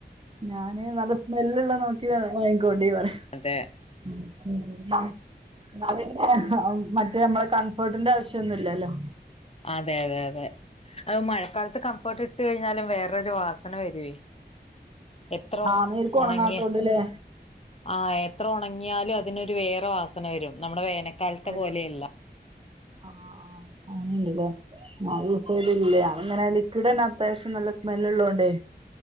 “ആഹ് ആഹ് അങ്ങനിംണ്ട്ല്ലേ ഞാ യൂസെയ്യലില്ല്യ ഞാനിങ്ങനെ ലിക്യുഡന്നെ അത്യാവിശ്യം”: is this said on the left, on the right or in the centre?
Right